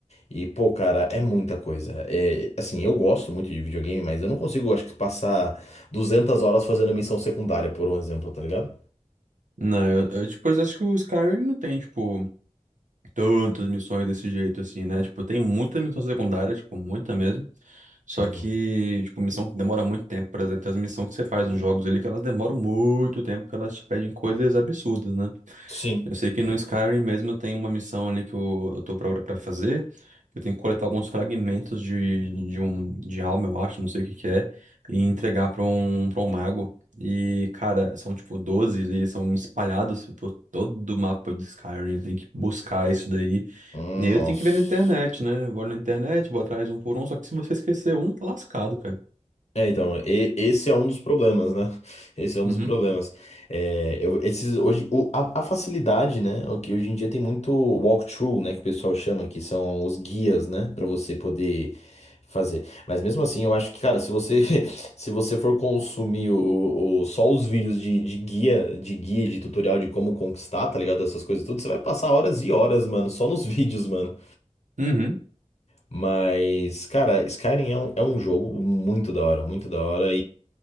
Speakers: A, on the left; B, on the right.
A: E, pô, cara, é muita coisa. É, assim, eu gosto muito de videogame, mas eu não consigo, acho que, passar 200 horas fazendo missão secundária, por um exemplo, tá ligado?
B: Não, eu, eu, tipo, eu acho que o Skyrim ele não tem, tipo, tantas missões desse jeito, assim, né? Tipo, tem muita missão secundária, tipo, muita mesmo. Só
A: Uhum.
B: que, tipo, missão que demora muito tempo, por exemplo, tem as missões que você faz nos jogos ali que elas demoram muito tempo, porque elas te pedem coisas absurdas, né?
A: Sim.
B: Eu sei que no Skyrim mesmo tem uma missão ali que eu, eu tô pra, pra fazer. Eu tenho que coletar alguns fragmentos de, de, um, de alma, eu acho, não sei o que que é, e entregar pra um, pra um mago. E, cara, são tipo 12, e eles são espalhados por todo o mapa de Skyrim. Eu tenho que buscar isso daí.
A: Hum,
B: E aí eu
A: Nossa.
B: tenho que ver na internet, né? Eu vou na internet, vou atrás um por um, só que se você esquecer um, tá lascado, cara.
A: É, então, e- esse é um dos problemas, né? <laughs> Esse é um
B: Uhum.
A: dos problemas. É, eu- esses, hoje, o- a, a facilidade, né? O que hoje em dia tem muito walkthrough, né? Que o pessoal chama, que são os guias, né? Pra você poder fazer. Mas mesmo assim, eu acho que, cara, se você, <laughs> se você for consumir o, o- só os vídeos de, de guia, de guia, de tutorial de como conquistar, tá ligado? Essas coisas tudo, você vai passar horas e horas, mano, só nos <laughs> vídeos, mano.
B: Uhum.
A: Mas, cara, Skyrim é um, é um jogo muito da hora, muito da hora